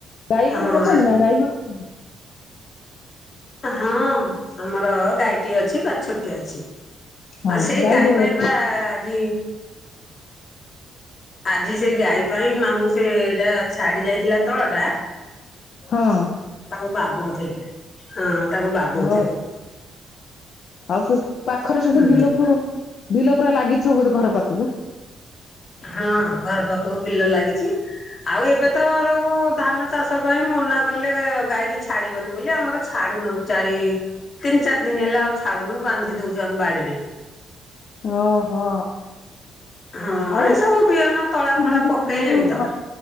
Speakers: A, on the left (about 60°); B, on the left (about 45°).
A: ଗାଈ
B: ହଁ
A: ଗୋରୁ ରଖିଛନ୍ତି ନା ଗାଈ ଘରେ <unintelligible>
B: ହଁ ଆମର ଗାଈଟିଏ ଅଛି ବାଛୁରୀ ଟିଏ ଅଛି।
A: ହଁ
B: ଆ ସେଇ
A: ସେ ଗାଈ
B: ତାଇ
A: ଦୋଳ
B: ପାଇଁ ବା ଆଜି ଆଜି ସେଇ ଗାଈ ପାଇଁ ମାମୁଁ ସେ ଏଇଟା ଛାଡି ଯାଇଥିଲା ତଳ ଟା
A: ହଁ।
B: ତାକୁ ବାଗଉଥିଲେ। ହଁ ତାକୁ ବାଗଉଥିଲେ
A: ଅହଁ ଆଉ ପାଖରେ ସେଠି
B: ହୁଁ
A: ବିଲକୁ ବିଲ ପୁରା ଲାଗିଥିବ ବୋଧେ ଘର ପାଖକୁ।
B: ହଁ ଘର ପାଖକୁ ବିଲ ଲାଗିଚି ଆଉ ଏବେ ତ ସବୁ ଧାନ ଚାଷ ପାଇଁ ମନା କଲେ ଗାଈ କୁ ଛାଡିବନି ବୋଲି ଆମର ଛାଡୁନ ଚାରି ତିନି ଚାରି ଦିନ ହେଲା ଆଉ ଛାଡୁନୁ ବାନ୍ଧି ଦୋଉଚୁ ଆମ ବାଡିରେ।
A: ଓହୋ
B: ହଁ
A: ଆଉ
B: ଏଇ ସବୁ ବିହନ ତଳା ଫଳା
A: <unintelligible>
B: ପକେଇଲେଣି ତ